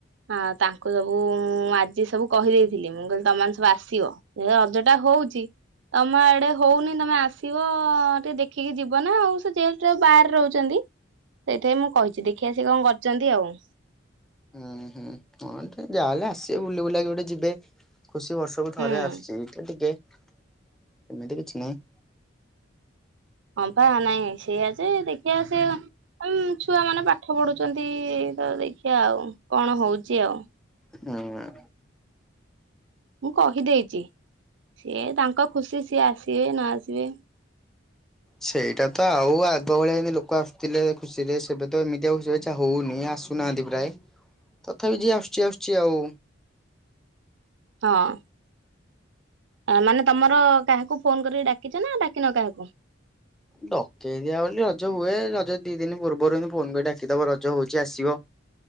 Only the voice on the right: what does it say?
ହଁ ତାଙ୍କୁ ସବୁ ମୁଁ ଆଜି ସବୁ କହିଦେଇଥିଲି ମୁଁ କହିଲି ତମେ ମାନେ ସବୁ ଆସିବ। ଏ ରଜ ଟା ହଉଛି ତମ ଆଡେ ହଉନି ତମେ ଆସିବ ଟିକେ ଦେଖ ଦେଖିକି ଯିବ ନା ଆଉ ସେ ଜେଲ ବାହାରେ ରହୁଛନ୍ତି। ସେଇଥିପାଇଁ ମୁଁ କହିଛି ଦେଖିଆ ସିଏ କଣ କରୁଛନ୍ତି ଆଉ।
ହୁଁ।
ହଁ ପା ନାଇଁ ସେୟା ଯେ ଦେଖିବା ସେ ଆମ ଛୁଆ ମାନେ ପାଠ ପଢୁଛନ୍ତି ତ ଦେଖିବା ଆଉ କଣ ହଉଛି ଆଉ।
ମୁଁ କହିଦେଇଛି ସିଏ ତାଙ୍କ ଖୁସି ସିଏ ଆସିବେ ନ ଆସିବେ।
ହଁ। ମାନେ ତମର କାହାକୁ ଫୋନ କରିକି ଡ଼ାକିଛ ନା ଡ଼ାକିନ କାହାକୁ?